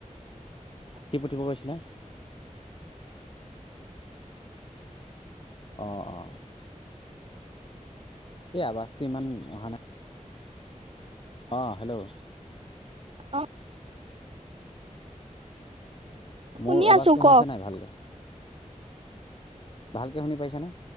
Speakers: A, on the left (about 40°); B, on the right (about 50°).
A: কি পঠিব কৈছিলে। অ অ। এই আৱাসটো ইমান অহ ন অঁ হেল্ল'
B: অ শুনি
A: মোৰ আৱাজটো
B: আছো কওক
A: শুনিছা নাই ভালকৈ। ভালকে শুনি পাইছানে